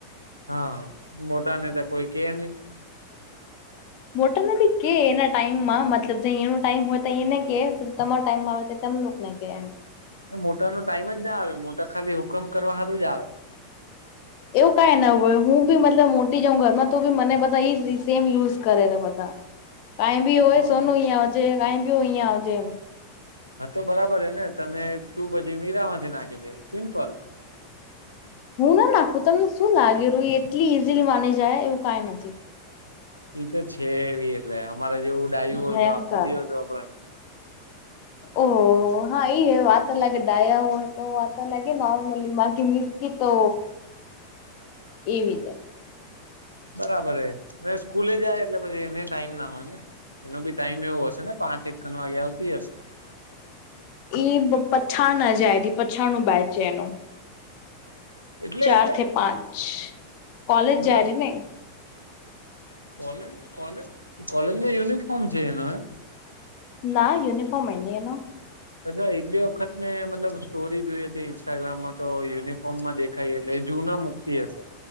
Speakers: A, on the right; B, on the left.
A: હા મોટાને તો કોઈ કે નહી.
B: મોટર નથી કે એના ટાઈમમાં મતલબ જ એનું ટાઈમ હોય તો એને કે તમારા ટાઈમમાં આવે તો ત ગમ.
A: મોટા નો ટાઈમ જ ના આવે મોટા ખાલી હુકમ કરવા હારું જ આવે
B: એવું કઈ ન હોય હું બી મતલબ મોટી જાઉં ઘરમાં તો બી મને બધા ઈ સેમ યુઝ કરેલા બધા કઈ ભી હોય
A: હ
B: સોન
A: હા
B: હોજે કાઈ ભી ઉહીજે
A: હા તો બરાબર હ ને તને તું પછી મીરામાંથી નાખી દે સિમ્પલ
B: હું ના નાખું તમને શું લાગેું એટલી ઈઝીલી માની જાય એવું કઈ નથી
A: ઈ તો છે એવી એટલે અમારે જેવું ડાયું હોય
B: ભયંકર
A: તો આખો દિવસ આપ
B: ઓ. હા એ હ વાતા અલગ ડાયા હય તો વાતા અલગે નોર્મલી બાકી મીરકીી તો એવીજ
A: બરાબર સ્કૂલે જાય એટલે પછી એને ટાઈમ ના હોય ને એનો બી ટાઈમ એવો હશે ને પાંચ એક કન વાગે આવતી હશે.
B: ઈ પઠાન ના જાય તી પઠાનું બાઈચેનું.
A: એટલે
B: ચાર
A: એટલે
B: થી પાંચ, કોલેજ
A: મતલબ
B: જારી ને
A: કોલેજ કોલેજ કોલેજમાં યુનિફોર્મ છે એનું એમ
B: ના યુનિફોર્મ હ નહી એનું.
A: અચ્છા એક બે વખત મે મતલબ સ્ટોરી જોઈ હતી ઇન્સ્ટાગ્રામ માં તોયુનિફોર્મ માં દે ખાઈ એટલે એ જૂના મુૂતી હશે